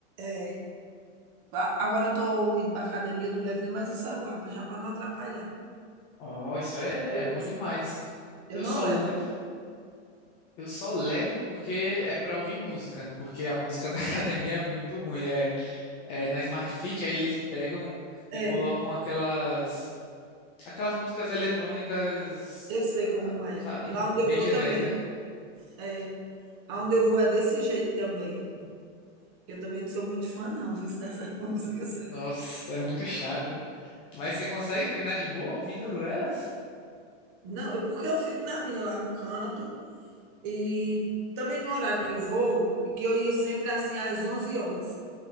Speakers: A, on the right; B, on the left.
A: É. A agora eu tô indo para academia, eu não levo nem mais o celular, pra já para não atrapalhar.
B: Ó, isso é,
A: Eu
B: é bom demais.
A: eu
B: Eu
A: não
B: só
A: levo.
B: levo, eu só levo porque é para ouvir música, porque a música <laughs> da academia é muito ruim. É, é na Smart Fit, aí eles pegam e
A: É,
B: colocam aquelas aquelas músicas eletrônicas,
A: eu sei como
B: ah,
A: é.
B: sabe,
A: Lá
B: bem
A: onde eu vou
B: genérica.
A: também. É, aonde eu vou é desse jeito também. Eu também não sou muito fã não, viu, dessas <laughs> músicas.
B: Nossa, é muito chato. Mas você consegue treinar de boa ouvindo elas?
A: Não, é porque eu fico na minha, lá no canto, e também no horário que eu vou, e que eu ia sempre, assim, às onze horas